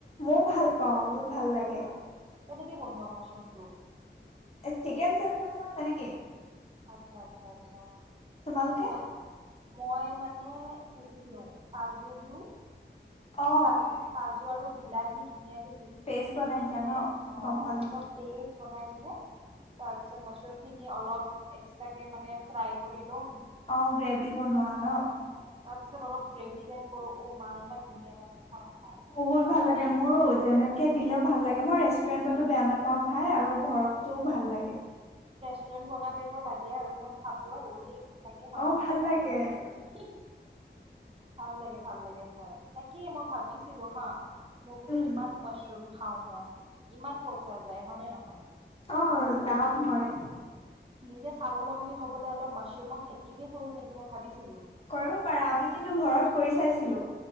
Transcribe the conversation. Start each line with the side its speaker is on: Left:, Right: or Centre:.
Left: মৌ ভাল পাওঁ বহুত ভাল
Right: ময়ো
Left: লাগে।
Right: কেনেকে বনোৱা মছৰুমটো।
Left: চিকেন যেনেকে বনাও তেনেকে।
Right: আচ্ছা আচ্ছা আচ্ছা।
Left: তোমালোকে।
Right: মই মই মানে হেৰি দিওঁ কাজু দিওঁ।
Left: অ
Right: তাজ তাজ। জু আৰু বিলাহী ধুনীয়াকে। এই মিক্সিত
Left: পেষ্ট
Right: পিচি
Left: বনাই দিয়া
Right: পিনে
Left: ন
Right: অ
Left: গম পালো
Right: একদম পেষ্ট বনাই দিলে তাৰ পিছত মাচৰুম খিনি অলপ এক্সতাকে মানে ফ্ৰাই কৰি লও।
Left: অ গ্ৰেভি বনোৱা ন।
Right: তাৰ পিছত অলপ গ্ৰেভি টাইপ কৰো অ মা ইমান ধুনীয়া লাগে। নহয়। খাই
Left: বহুত ভাল
Right: মানে
Left: লাগে মোৰো যেনেকে দিলেও ভাল লাগে। মই ৰেষ্টুৰেণ্টতো বেয়া নাপাওঁ। খাই আৰু ঘৰতও ভাল লাগে।
Right: টুৰেণ্ট বনা টাইপৰ লাগে আৰু ভাবো আৰু দেই। চাগে হয়নে
Left: অ
Right: নহয়
Left: ভাল
Right: নাজানো
Left: লাগে
Right: আৰু হিহি ভাল লাগে ভাল লাগে খাই তাকেই মই ভাবিছিলো হা। মই বোলো
Left: উম
Right: ইমান মাছৰুম। খাও মই ইমান পইচা যায় হয়নে নহয়। হয়।
Left: অ দাম হয়।
Right: নিজে স্বাৱলম্বী হবলৈ অলপ মাছৰুমৰ খেতিকে কৰো নেকি মই ভাবিছো।
Left: কৰিব পাৰা আমি কিন্তু ঘৰত কৰি চাইছিলো।